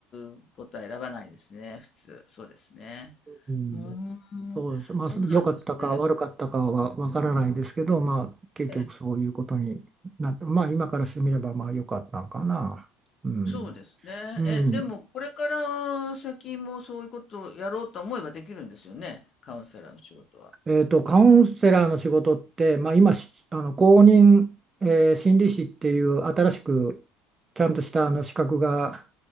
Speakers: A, on the left; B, on the right.
A: うことは選ばないですね、普通。そうですね。
B: うん、
A: うー
B: そうです。
A: ん、
B: まあ良かったか悪かったかはわからないですけど、
A: そうなんですね。
B: まあ結局そういうことになって、
A: ええ、
B: まあ今からしてみればまあ良かったのかな。うん。
A: そうですね。
B: うん。
A: え、でも、これから先もそういうことをやろうと思えばできるんですよね、カウンセラーの仕事は。
B: えーと、カウンセラーの仕事って、まあ、今しあの公認、えー心理師っていう新しくちゃんとしたあの資格が